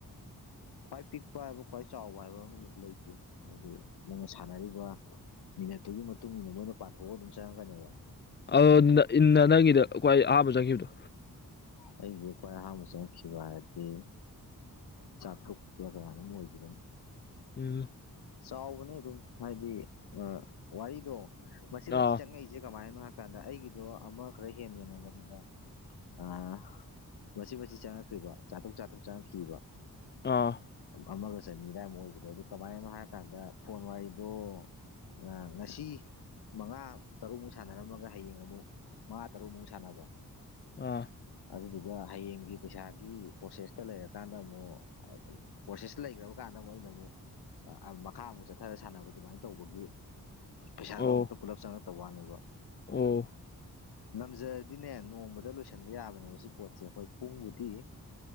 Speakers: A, on the left; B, on the left.
A: ꯈ꯭ꯋꯥꯏ ꯄꯤꯛꯄ ꯍꯥꯏꯕ ꯈ꯭ꯋꯥꯏ ꯆꯥꯎꯕ ꯍꯥꯏꯕ ꯑꯃ ꯂꯩꯇꯦ ꯑꯗꯨ ꯅꯪꯅ ꯁꯥꯟꯅꯔꯤꯕ ꯃꯤꯅꯠꯇꯨꯒꯤ ꯃꯇꯨꯡ ꯏꯟꯅ ꯃꯣꯏꯅ ꯄꯥꯊꯣꯛꯑꯒ ꯑꯗꯨꯝ ꯆꯪꯉꯛꯀꯅꯦꯕ
B: ꯑ ꯏꯟꯅ ꯅꯪꯒꯤꯗ ꯑꯩꯏ ꯑꯍꯥꯟꯕ ꯆꯪꯈꯤꯕꯗꯣ
A: ꯑꯩꯒꯤ ꯑꯩꯈꯣꯏ ꯑꯍꯥꯟꯕ ꯆꯪꯈꯤꯕ ꯍꯥꯏꯔꯗꯤ ꯆꯥꯇ꯭ꯔꯨꯛꯄ ꯀꯌꯥꯅꯣ ꯑꯣꯏꯈꯤꯕꯅꯣ
B: ꯎꯝ
A: ꯆꯥꯎꯕꯅꯤ ꯑꯗꯨꯝ ꯍꯥꯏꯗꯤ ꯋꯥꯔꯤꯗꯣ ꯃꯁꯤ ꯃꯁꯤ
B: ꯑꯥ
A: ꯆꯪꯉꯛꯏꯁꯦ ꯀꯃꯥꯏꯅꯣ ꯍꯥꯏ ꯀꯥꯟꯗ ꯑꯩꯒꯤꯗꯣ ꯑꯃ ꯈꯔ ꯍꯦꯟꯕꯅꯦꯕ ꯑꯗꯨꯗ ꯑ ꯃꯁꯤ ꯃꯁꯤ ꯆꯪꯉꯛ꯭ꯔꯤꯕ ꯆꯥꯊꯣꯛ ꯆꯥꯊꯣꯛ ꯆꯪꯉꯛꯈꯤꯕ
B: ꯑꯥ
A: ꯑꯃꯒ ꯆꯅꯤꯗꯃꯨꯛ ꯑꯣꯏꯕꯗ ꯑꯗꯨ ꯀꯃꯥꯏꯅꯅꯣ ꯍꯥꯏꯔ ꯀꯥꯟꯗ ꯐꯣꯟ ꯋꯥꯔꯤꯗꯣ ꯑ ꯉꯁꯤ ꯃꯉꯥ ꯇꯔꯨꯛꯃꯨꯛ ꯁꯥꯟꯅꯔꯝꯃꯒ ꯍꯌꯦꯡ ꯑꯃꯨꯛ ꯃꯉꯥ ꯇꯔꯨꯛꯃꯨꯛ ꯁꯥꯟꯅꯕ
B: ꯑꯥ
A: ꯑꯗꯨꯗꯨꯒ ꯍꯌꯦꯡꯒꯤ ꯄꯩꯁꯥꯒꯤ ꯄ꯭ꯔꯣꯁꯦꯁꯇ ꯂꯩꯔꯀꯥꯟꯗ ꯑꯃꯨꯛ ꯄ꯭ꯔꯣꯁꯦꯁ ꯂꯩꯈ꯭ꯔꯕ ꯀꯥꯟꯗꯕꯨ ꯑꯩꯅꯕꯨ ꯃꯈꯥ ꯑꯃꯨꯛ ꯆꯠꯊꯔ ꯁꯥꯟꯅꯕ ꯑꯗꯨꯃꯥꯏꯅ ꯇꯧꯕꯒꯤ ꯄꯩꯁꯥꯗꯣ
B: ꯑꯣ
A: ꯑꯃꯨꯛꯇ ꯄꯨꯜꯂꯞ ꯆꯪꯉꯛꯇ ꯋꯥꯅꯦꯕ
B: ꯑꯣ
A: ꯅꯝꯖꯔꯗꯤꯅꯦ ꯅꯣꯡꯃꯗ ꯂꯣꯏꯁꯤꯟꯕ ꯌꯥꯕꯅꯦꯕ ꯁꯤ ꯄꯣꯠꯁꯦ ꯍꯣꯏ ꯄꯨꯡꯕꯨꯗꯤ